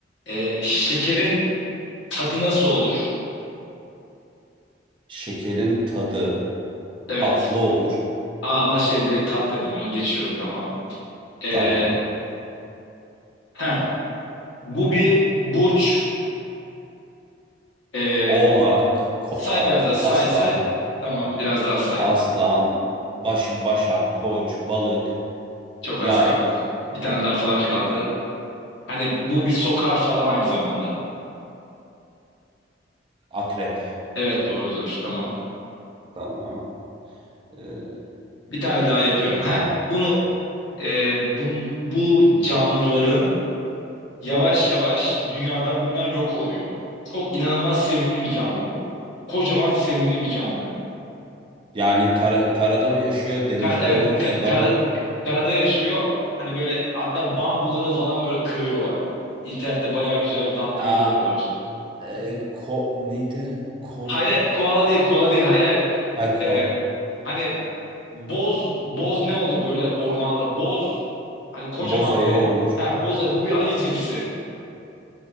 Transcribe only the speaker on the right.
Şekerin tadı
tatlı olur.
Tamam.
Oğlak, kova,
aslan,
aslan, baş, başak, koç, balık,
yay,
akrep.
Tamam. Ee,
bunu
yani kar- karada mı yaşıyor, denizde
mi,
suda
mı?
Aa,
e, ko neydi? Ko
ha, ko
boz ayı
olur.